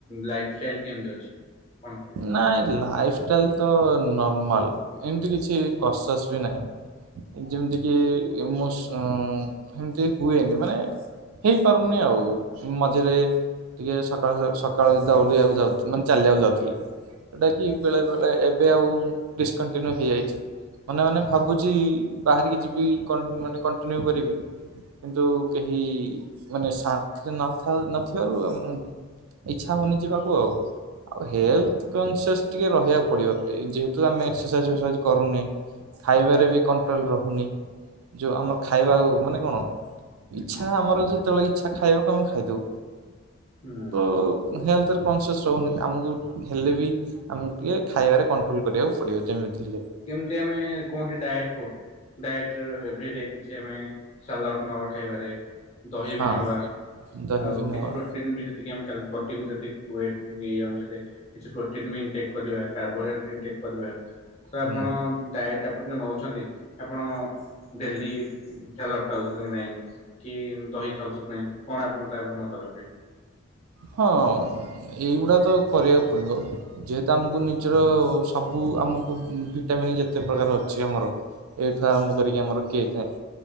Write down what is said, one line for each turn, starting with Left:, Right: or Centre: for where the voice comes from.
Left: ଲାଇଫଷ୍ଟାଇଲ୍ ଟାଇଲ୍ କେମିତି ଅଛି, କଣ କହିବି ତାକୁ
Right: ନାଇଁ ଲାଇଫଷ୍ଟାଇଲ୍, ତ ନର୍ମାଲ ଏମିତି କିଛି କରସସ୍ ବି ନାହିଁ, ଯେମିତି କି ମୋ ସମ୍ ସେମିତି ହୁଏନି ମାନେ, ହେଇପାରୁନି ଆଉ ଏ ମଝିରେ ଟିକେ ସ କାଳ ସକାଳ ଚାଲିବାକୁ ଯାଉଛି ମାନେ ଚାଲିବାକୁ ଯାଉଥିଲି, ସେଟା କି ବେଳେ-ବେଳେ ଏବେ ଆଉ ଡିସକଣ୍ଟିନ୍ୟୁ ହେଇଯାଇଛି, ମନେ-ମନେ ଭାବୁଛି ବାହାରିକି ଯିବି କନ୍ ମାନେ କଣ୍ଟିନ୍ୟୁ କରିବି, କିନ୍ତୁ କେହି ମାନେ ଶନ୍ତିରେ ନ ଥାଉ ନ ଥିବାରୁ ଆଉ ମୁଁ, ଇଚ୍ଛା ହଉନି ଯିବାକୁ ଆଉ-ଆଉ ହେଲ୍ଥ,
Left: ହୁଁ
Right: କନସେସ୍ ଟିକେ ରହିବାକୁ ପଡ଼ିବ ଏଇ ଯେହେତୁ ଆମେ ଏକ୍ସେସାଇଜ୍ ଫେକ୍ସେସାଇଜ୍ କରୁନି, ଖାଇବାରେ ବି କଣ୍ଟ୍ରୋଲ ରହୁନି, ଯୋଉ ଆମର ଖାଇବା ଆ ମାନେ କଣ ଇଚ୍ଛା ଆମର ଯେତେବେଳେ ଇଚ୍ଛା ଖାଇବା ଆମେ ଖାଇଦବୁ,
Left: ହୁଁ।
Right: ତୋ ହେଲ୍ଥରେ କନସେସ୍ ରହୁନି ଆମକୁ ହେଲେ ବି, ଆମକୁ ଟିକେ ଖାଇବାରେ କଣ୍ଟ୍ରୋଲ କରିବାକୁ ପଡ଼ିବ ଯେମିତି ହେଲେ ବି,
Left: ଯେମିତି ଆମେ କୁହନ୍ତି ଡାଏଟ୍ କରୁ, ଡାଏଟ୍ ଏଭିଡେ କିଛି ଆମେ ସାଲାଟ୍ ନବା ଖାଇବାରେ, ଦହି
Right: ହଁ
Left: ବି ନବା
Right: ଦହି
Left: ଆଉ
Right: ବି ନବା
Left: କିଛି ପ୍ରୋଟିନ୍ ବି ଯେତିକି ଆମେ କାଲ୍ ବଟିକୁ ଯେତିକି ୱେଟ୍, ଏଇ ଅନୁସାରେ କିଛି ପ୍ରୋଟିନ ବିଇଟ କରିବା କାର୍ବୋହାଇଡ୍ରେଟଇଟେକ୍ କରିବା, ତା
Right: ହୁଁ
Left: ଆପଣ, ଡାଏଟ୍ ଆପଣ ଯେଉଁ ନେଉଛନ୍ତି ଆପଣ ଡେଲି ଉଁଛା ଲଟକାଉଛନ୍ତି କି ନାହିଁ, କି ଦହି ଖାଉଛନ୍ତି ନାଇଁ କଣ ଆପଣ ତାପରେ ମତ ରକାର୍,
Right: ହଁ ଏଇଗୁଡ଼ା ତ କରିବାକୁ ପଡ଼ିବ, ଯେହେତୁ ଆମକୁ ନିଜର ସବୁ ଆମକୁ ଉଁ ଭିଟାମନ୍ ଯେତେ ପ୍ରକାର ଅଛି ଆମର, ଏଇଠୁ ଆରମ୍ଭ କରିକି ଆମର କେଏ ଥାଏ,